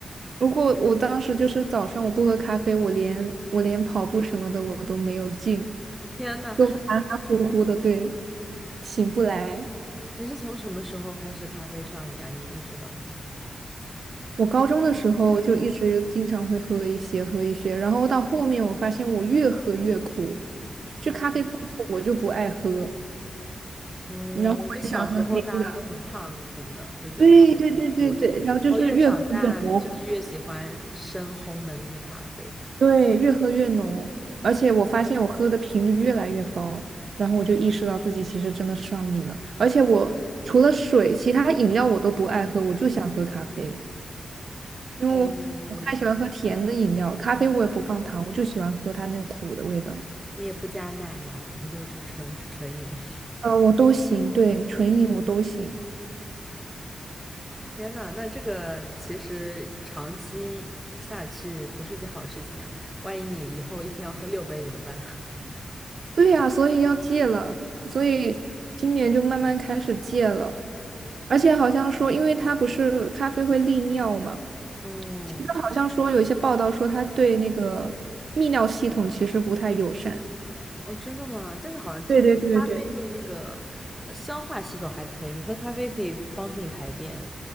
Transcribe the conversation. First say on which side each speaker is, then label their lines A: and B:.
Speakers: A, on the right (about 60°); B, in the centre.
A: 如果我当时就是早上我不喝咖啡，我连我连跑步什么的我都没有劲，
B: 天呐，
A: 就含含糊糊的，对，醒不来。
B: 你是从什么时候开始咖啡上瘾啊？你意识到自己？
A: 我高中的时候就一直经常会喝一些喝一些，然后到后面我发现我越喝越苦，就咖啡不苦我就不爱喝，
B: 嗯嗯，
A: 然后我也喜欢喝黑的，
B: 我觉得小时候大家都很怕苦的，就觉得咖啡苦苦的，
A: 对对对对对，然后就是越喝越浓，
B: 然后越长大就是越喜欢深烘的那些咖啡。
A: 对，越喝越浓，而且我发现我喝的频率越来越高，然后我就意识到自己其实真的上瘾了，而且我除了水，其他饮料我都不爱喝，我就想喝咖啡。因为我我不太喜欢喝甜的饮料，
B: 哦，
A: 咖啡我也不放糖，我就喜欢喝它那个苦的味道。
B: 你也不加奶嘛，你就是纯纯饮。<laughs>
A: 嗯，我都行，对，纯饮我都行。
B: 天呐，那这个其实长期下去不是一件好事情啊！万一你以后一天要喝六杯怎么办？
A: 对呀，所以要戒了，所以今年就慢慢开始戒了。而且好像说，因为它不是咖啡会利尿嘛，
B: <laughs> 哦
A: 它好像说有一些报道说它对那个泌尿系统其实不太友善。
B: 哦，真的吗？但是好像听说咖啡对那个呃消化系统还可以，
A: 对对对对。
B: 你喝咖啡可以帮助你排便。